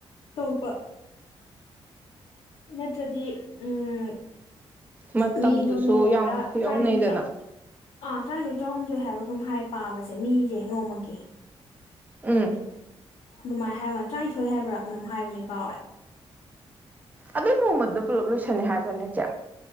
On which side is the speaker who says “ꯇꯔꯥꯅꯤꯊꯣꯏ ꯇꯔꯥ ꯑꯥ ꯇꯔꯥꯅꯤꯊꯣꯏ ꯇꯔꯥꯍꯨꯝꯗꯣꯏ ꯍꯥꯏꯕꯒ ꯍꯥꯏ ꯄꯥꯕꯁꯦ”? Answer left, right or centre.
Left